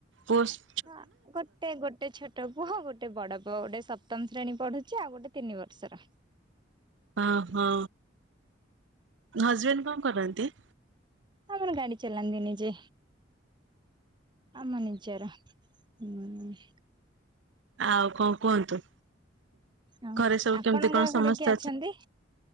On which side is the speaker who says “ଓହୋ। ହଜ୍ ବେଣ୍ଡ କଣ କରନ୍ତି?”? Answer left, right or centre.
Right